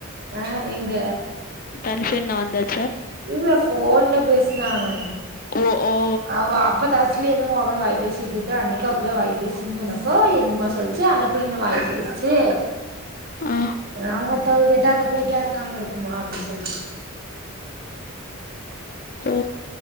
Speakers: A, on the right; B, on the left.
A: ஆ எங்க
B: தனுஷ் அண்ணா வந்தது
A: இல்ல போன்ல பேசினாங்க
B: ஓ ஓ
A: அவ அப்ப த தஸ்லி என்ன ஓவரா வாய் பேசிட்டு இருக்கு அன்னிக்கு அப்டிதா வாய் பேசுதுன்னு சொன்னப்போ எங்கம்மா சொல்லுச்சு அந்த பிள்ளையு தா வாய் பேசு ச்சு
B: ஆ
A: அதா மத்தவங்க கேட்டா அந்த பிள்ளயா கேட்காம இருக்குமா அப்டின்னு சொல்லுச்சு
B: ஓ